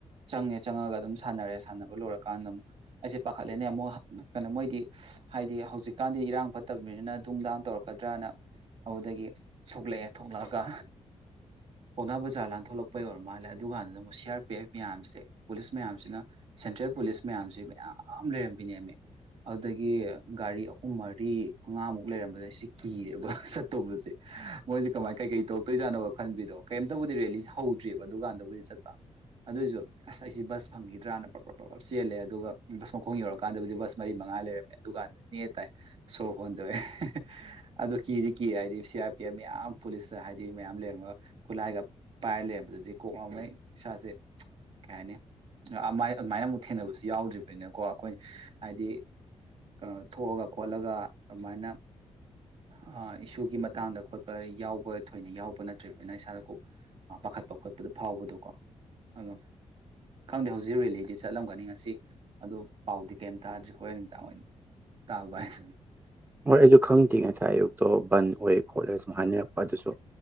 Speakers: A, on the right (about 55°); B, on the right (about 15°).
A: ꯆꯪꯉꯦ ꯆꯪꯉꯒ ꯑꯗꯨꯝ ꯁꯥꯟꯅꯔꯦ ꯁꯥꯟꯅꯕ ꯂꯣꯏꯔꯀꯥꯟꯗ ꯑꯃꯨꯛ ꯑꯩꯁꯦ ꯄꯥꯈꯠꯂꯦꯅꯦ ꯑꯃꯨꯛ ꯀꯩꯅꯣ ꯃꯣꯏꯒꯤ ꯍꯥꯏꯗꯤ ꯍꯧꯖꯤꯛꯀꯥꯟꯗꯤ ꯏꯔꯥꯡ ꯐꯠꯇꯕꯅꯤꯅ ꯅꯨꯡꯗꯥꯡ ꯇꯧꯔꯛꯀꯗ꯭ꯔꯅ ꯑꯗꯨꯗꯒꯤ ꯊꯣꯛꯂꯛꯑꯦ ꯊꯣꯛꯂꯛꯑꯒ ꯄꯥꯎꯅꯥ ꯕꯖꯥꯔ ꯂꯥꯟꯊꯣꯂꯛꯄꯩ ꯑꯣꯏꯔ ꯃꯥꯜꯂꯦ ꯑꯗꯨ ꯀꯥꯟꯗꯨꯅ ꯑꯃꯨꯛ ꯁꯤ ꯑꯥꯔ ꯄꯤ ꯑꯦꯐ ꯃꯌꯥꯝꯁꯦ ꯄꯨꯂꯤꯁ ꯃꯌꯥꯝꯁꯤꯅ ꯁꯦꯟꯇ꯭ꯔꯦꯜ ꯄꯨꯂꯤꯁ ꯃꯌꯥꯝꯁꯦ ꯃꯌꯥꯝ ꯂꯩꯔꯝꯕꯤꯅꯦꯃꯤ ꯑꯗꯨꯗꯒꯤ ꯒꯥꯔꯤ ꯑꯍꯨꯝ ꯃꯔꯤ ꯃꯉꯥꯃꯨꯛ ꯂꯩꯔꯝꯕꯁꯦ ꯁꯤ ꯀꯤꯔꯦꯕ ꯆꯠꯇꯧꯕꯖꯦ ꯃꯣꯏꯁꯦ ꯀꯃꯥꯏ ꯀꯩꯀꯩ ꯇꯧꯔꯛꯇꯣꯏꯖꯥꯠꯅꯣ ꯈꯟꯕꯤꯗꯣ ꯀꯔꯤꯝꯇꯕꯨꯗꯤ ꯔꯦꯂꯤ ꯍꯧꯗ꯭ꯔꯤꯕ ꯑꯗꯨꯀꯥꯟꯗꯕꯨꯗꯤ ꯆꯠꯄ ꯑꯗꯨꯏꯖꯨ ꯑꯁ ꯑꯩꯁꯦ ꯕꯁ ꯐꯪꯈꯤꯗ꯭ꯔꯅ ꯄ꯭ꯔꯞ ꯄ꯭ꯔꯞ ꯆꯦꯜꯂꯦ ꯑꯗꯨꯒ ꯕꯁ ꯃꯈꯣꯡ ꯌꯧꯔꯀꯥꯟꯗꯕꯨꯗꯤ ꯕꯁ ꯃꯔꯤ ꯃꯉꯥ ꯂꯩꯔꯝꯃꯦ ꯑꯗꯨꯀꯥꯟꯗ ꯅꯦ ꯇꯥꯏ ꯁꯣꯔ ꯍꯣꯟꯗꯣꯛꯑꯦ ꯑꯗꯣ ꯀꯤꯗꯤ ꯀꯤ ꯍꯥꯏꯗꯤ ꯁꯤ ꯑꯥꯔ ꯄꯤ ꯑꯦꯐ ꯃꯌꯥꯝ ꯄꯨꯂꯤꯁ ꯍꯥꯏꯗꯤ ꯃꯌꯥꯝ ꯂꯩꯔꯝꯃꯒ ꯈꯨꯠꯂꯥꯏꯒ ꯄꯥꯏꯔ ꯂꯩꯔꯝꯕꯗꯨꯗꯤ ꯀꯣꯛ ꯉꯥꯎꯉꯩ ꯏꯁꯥꯁꯦ ꯀꯩ ꯍꯥꯏꯅꯤ ꯑꯃꯥꯏ ꯑꯗꯨꯃꯥꯏꯅ ꯑꯃꯨꯛ ꯊꯦꯡꯅꯕꯁꯨ ꯌꯥꯎꯗ꯭ꯔꯤꯕꯅꯤꯅꯀꯣ ꯑꯩꯈꯣꯏ ꯍꯥꯏꯗꯤ ꯀꯅꯣ ꯊꯣꯛꯑꯒ ꯈꯣꯠꯂꯒ ꯑꯗꯨꯃꯥꯏꯅ ꯑ ꯏꯁꯨꯒꯤ ꯃꯇꯥꯡꯗ ꯈꯣꯠꯄ ꯌꯥꯎꯕ ꯊꯣꯏꯅ ꯌꯥꯎꯕ ꯅꯠꯇ꯭ꯔꯤ ꯑꯗꯨꯅ ꯏꯁꯥꯗ ꯀꯣꯛ ꯄꯥꯈꯠꯄ ꯈꯣꯠꯄꯗ ꯐꯥꯎꯕꯗꯣꯀꯣ ꯑꯗꯨꯝ ꯈꯪꯗꯦ ꯍꯧꯖꯤꯛ ꯔꯦꯂꯤꯗꯤ ꯆꯠꯂꯝꯒꯅꯤ ꯉꯁꯤ ꯑꯗꯣ ꯄꯥꯎꯗꯤ ꯀꯩꯝ ꯇꯥꯗ꯭ꯔꯤ ꯍꯣꯔꯦꯟ ꯃꯤꯗꯥꯡ ꯑꯣꯏꯅ ꯇꯥꯕ <unintelligible>
B: ꯍꯣꯏ ꯑꯩꯖꯨ ꯈꯪꯗꯦ ꯉꯁꯥꯏ ꯑꯌꯨꯛꯇꯣ ꯕꯟ ꯑꯣꯏ ꯈꯣꯠꯂꯦ ꯁꯨꯝ ꯍꯥꯏꯅꯔꯛꯄ ꯑꯗꯨꯁꯨ